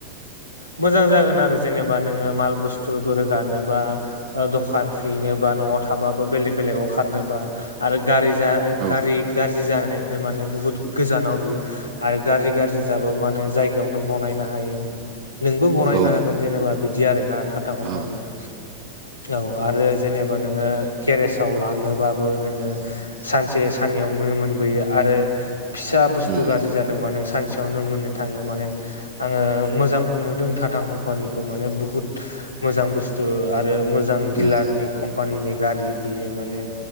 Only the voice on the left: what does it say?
मोजां जागोन आरो जेनेबा। नों माल बुसथु रोगानोबा दखान हैनो बा नआव थाबाबो बेलेक बेलेकआव खारनो। बा आरो गारि जा
गारि गाज्रि जानो। माने बुहुत गोजानाव बियो आरो गाज्रि गाज्रि जाबो माने जायगायावनो बानायनो हायो। नोंबो बानायनो
हागोन जेनेबा बिदि। बिदि आरोना टा टा कम्पानिया
औ आरो जेनोबा नोंओ। गेरेजाव लाङोबाबो नोङो सानसे साननैयाव मोनबोयो आरो। फिसा बुस्थु
गाज्रि जादोंबा नों। सानसेयावनो मोननो थाङो माने आङो मोजांखौ नुदों टाटा कम्पानिखौ माने बुहुत। बुहुत मोजां बुस्थु आरो मोजां दिलारनि
कम्पानिनि गारि। बियो माने